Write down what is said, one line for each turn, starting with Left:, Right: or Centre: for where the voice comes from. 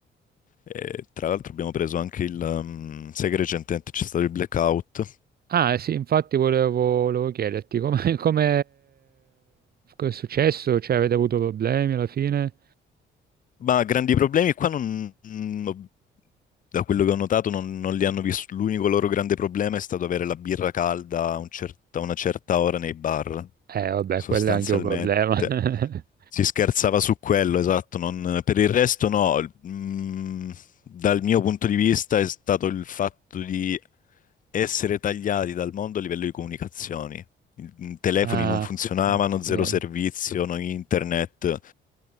Left: E, tra l'altro abbiamo preso anche il... ehm, sai che recentemente c'è stato il blackout?
Right: Ah, sì, infatti volevo, volevo chiederti come, <laughs> come è successo? Cioè, avete avuto problemi alla fine?
Left: Ma grandi problemi qua non... mm, ho- Da quello che ho notato non, non li hanno visto. L'unico loro grande problema è stato avere la birra calda a un cer- a una certa ora nei bar,
Right: Eh, vabbè,
Left: sostanzialmente.
Right: quello è anche un problema. <laughs>
Left: Si scherzava su quello, esatto. non- per il resto no. il- mm, dal mio punto di vista è stato il fatto di essere tagliati dal mondo a livello di comunicazioni. I telefoni
Right: Ah,
Left: non funzionavano, zero
Right: ok,
Left: servizio, no internet.